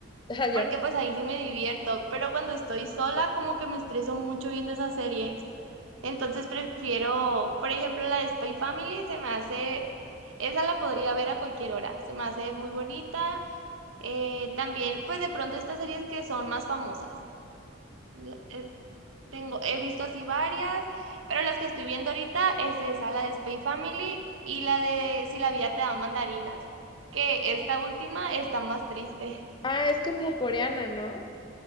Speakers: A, on the left; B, on the right.
A: Ah, ya.
B: porque pues ahí sí me divierto, pero cuando estoy sola como que me estreso mucho viendo esas series. Entonces prefiero, por ejemplo, la de Spy Family, se me hace, esa la podría ver a cualquier hora, se me hace muy bonita. Eh, también, pues de pronto estas series que son más famosas. la- eh, tengo, he visto así varias, pero las que estoy viendo ahorita es esa, la de Spy Family y la de Si la vida te da mandarinas, que esta última está más triste.
A: Ah, es como coreana,
B: Ye-
A: ¿no?